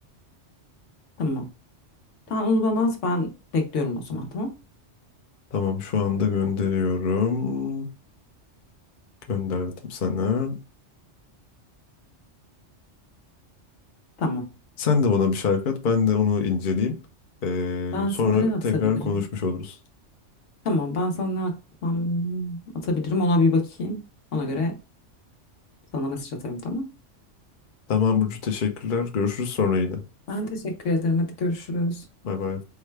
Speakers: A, on the left; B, on the left.
A: Tamam. Sen onu bana at ben bekliyorum o zaman tamam.
B: Tamam şu anda gönderiyorum. Gönderdim sana.
A: Tamam.
B: Sen de bana bir şarkı at. Ben de onu inceleyeyim. Ee,
A: Ben
B: sonra
A: sana ne atabilirim?
B: tekrar konuşmuş oluruz.
A: Tamam ben sana ne atmam, atabilirim ona bir bakayım. Ona göre sana mesaj atarım tamam.
B: Tamam Burcu teşekkürler. Görüşürüz sonra yine.
A: Ben teşekkür ederim. Hadi görüşürüz.
B: Bay bay.